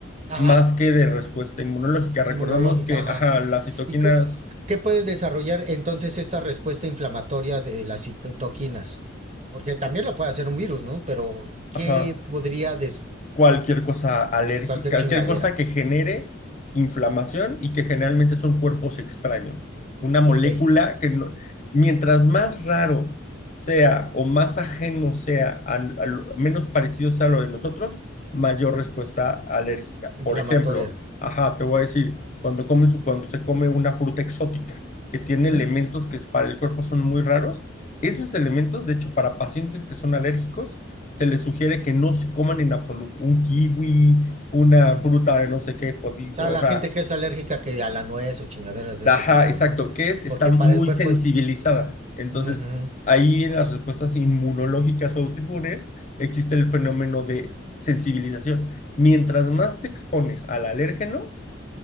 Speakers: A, on the right (about 35°); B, on the left (about 40°).
A: Ajá,
B: más que de respuesta inmunológica.
A: inmunológica,
B: Recordemos que,
A: ajá.
B: ajá, las citoquinas,
A: ¿Y qué puede desarrollar entonces esta respuesta inflamatoria de las citoquinas? Porque también lo puede hacer un virus, ¿no? Pero ¿qué
B: ajá.
A: podría des...
B: cualquier cosa alérgica,
A: cualquier chingadera?
B: cualquier cosa que genere inflamación y que generalmente son cuerpos extraños. Una molécula
A: Ok,
B: que no- mientras más raro sea
A: mm.
B: o más ajeno sea, al- al- menos parecido sea a lo de nosotros, mayor respuesta alérgica.
A: inflamatoria.
B: Por ejemplo, ajá, te voy a decir, cuando comes, cuando se come una fruta exótica que tiene
A: Uh -huh.
B: elementos que es- para el cuerpo son muy raros, esos elementos, de hecho, para pacientes que son alérgicos, se les sugiere que no se coman en absoluto un kiwi, una
A: Uh -huh.
B: fruta
A: O
B: de no sé qué jodido,
A: sea, la
B: o sea,
A: gente que es alérgica que a la nuez o chingaderas de
B: ajá,
A: ese tipo,
B: exacto,
A: ¿no?
B: que es, está
A: Porque
B: muy
A: para el cuerpo
B: sensibilizada.
A: es...
B: Entonces,
A: Uh -huh.
B: ahí en las respuestas inmunológicas o autoinmunes existe el fenómeno de sensibilización. Mientras más te expones al alérgeno,